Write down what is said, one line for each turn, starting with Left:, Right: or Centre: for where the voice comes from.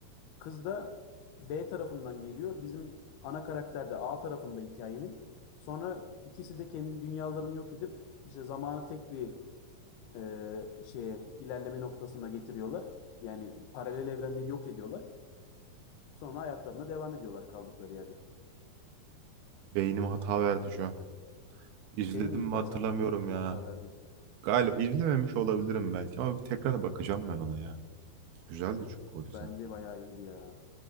Left: Kız da B tarafından geliyor. Bizim ana karakter de A tarafında hikayenin. Sonra ikisi de kendi dünyalarını yok edip işte zamanı tek bir e, şeye ilerleme noktasına getiriyorlar. Yani paralel evrenleri yok ediyorlar. Sonra hayatlarına devam ediyorlar kaldıkları yerde.
Right: Beynim hata verdi şu an. İzledim
Left: Benim de
Right: mi
Left: ilk başlanırken
Right: hatırlamıyorum
Left: benim
Right: ya.
Left: hata verdiydi.
Right: Galiba izlememiş olabilirim belki ama bir tekrar bakacağım ben ona ya. Güzeldi çünkü o dizi.
Left: Bence bayağı iyiydi ya.